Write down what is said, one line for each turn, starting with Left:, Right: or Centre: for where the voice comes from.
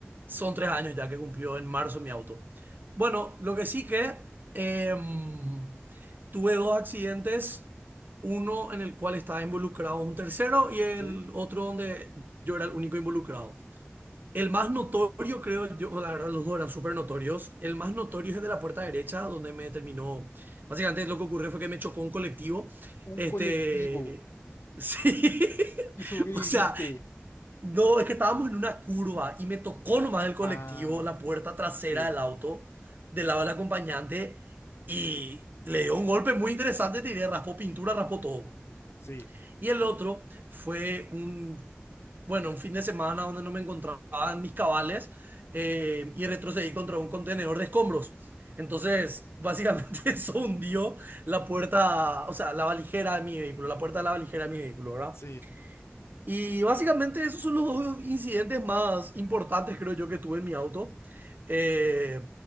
Right: son tres años ya que cumplió en marzo mi auto. Bueno, lo que sí que em, tuve dos accidentes, uno en el cual estaba involucrado un tercero y el
Left: Sí.
Right: otro donde yo era el único involucrado. El más notorio, creo yo, la verdad, los dos eran súper notorios. El más notorio es el de la puerta derecha, donde me terminó. Básicamente, lo que ocurrió fue que me chocó un colectivo.
Left: Un
Right: Este.
Left: colectivo.
Right: Sí. <laughs>
Left: Y sobreviviste.
Right: O sea, no, es que estábamos en una curva y me tocó nomás el colectivo,
Left: Ah,
Right: la puerta trasera
Left: sí,
Right: del auto, del lado del acompañante, y le dio un golpe muy interesante, te diré, raspó pintura, raspó todo.
Left: sí,
Right: Y el otro fue un, bueno, un fin de semana donde no me encontraba en mis cabales eh, y retrocedí contra un contenedor de escombros. Entonces, básicamente <laughs> eso hundió la puerta, o sea, la valijera de mi vehículo, la puerta de la valijera de mi vehículo, ¿verdad?
Left: sí.
Right: Y básicamente esos son los dos incidentes más importantes, creo yo, que tuve en mi auto. Eh,